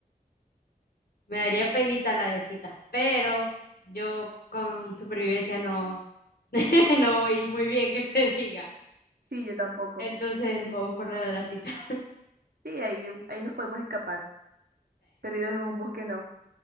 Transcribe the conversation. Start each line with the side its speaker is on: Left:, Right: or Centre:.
Left: Me daría penita la de citas, pero yo con supervivencia no, <laughs> no voy muy bien que se diga.
Right: Sí, yo tampoco.
Left: Entonces nos vamos por la de la cita. <laughs>
Right: Sí, ahí, ahí nos podemos escapar. Perdidos en un bosque, no.